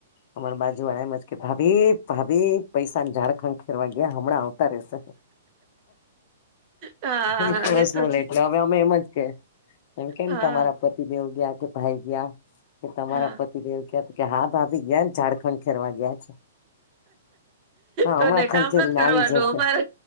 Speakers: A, on the left (about 50°); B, on the right (about 35°).
A: અમારા બાજુ વાળા આમજ કે ભાભી ભાભી પૈસા ની ઝાડ ખનખેરવા ગયા હમણાં આવતા રહેશે
B: હા,
A: <unintelligible>
B: હા. એ તો જી
A: એટલે હવે અમે એમ જ કે એમ કેમ
B: હા,
A: તમારા પતિદેવ ગયા કે ભાઈ ગયા કે તમારા
B: હા.
A: પતિદેવ ક કે હા ભાભી ગયા ઝાડ ખનખેર વા ગયા છે હા
B: તોને
A: હમણાં ખંખેરીને
B: કામ નત કરવાનું
A: આવી જશે
B: અમારે